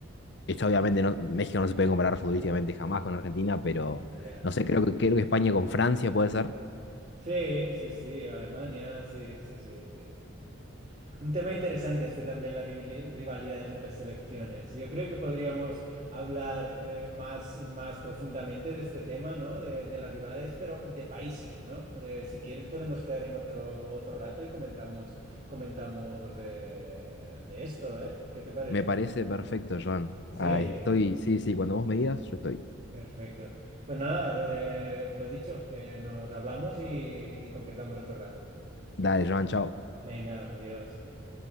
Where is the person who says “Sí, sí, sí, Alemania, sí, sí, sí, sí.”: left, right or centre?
Right